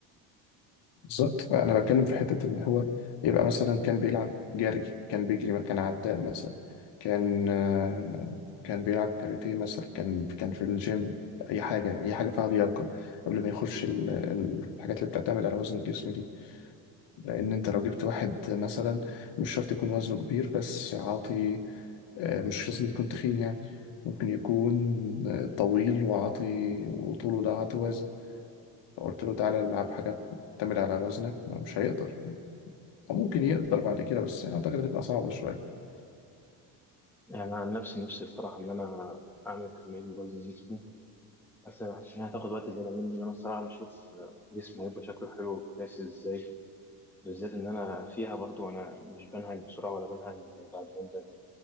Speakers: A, on the left; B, in the centre.
A: بالظبط انا بتكلم في حته اللي هو يبقى مثلا كان بيلعب جري كان بيجري كان عداء مثلا كان آه، كان بيلعب كاراتيه مثلا كان كان في الجيم اي حاجه اي حاجه فيها لياقه قبل ما يخش ال- ال- الحاجات اللي بتعتمد على وزن الجسم دي لان انت لو جبت واحد مثلا مش شرط يكون وزنه كبير بس عاطي آه، مش لازم يكون تخين يعني ممكن يكون آه، طويل وعاطي وطوله ده عاطي وزن فقلت له تعالى العب حاجات تعتمد على وزنك مش هيقدر أو ممكن يقدر بعد كده بس أعتقد هتبقى صعبة شوية
B: يعني أنا عن نفسي نفسي بصراحة إن أنا أعمل تمرين بوزن جسمي بس ما حسيتش انها تاخد وقت زياده مني انا الصراحه بشوف جسمي هيبقى شكله حلو وكويس ازاي بالذات ان انا فيها برضو انا مش بنهج بسرعه ولا بنهج بعد مده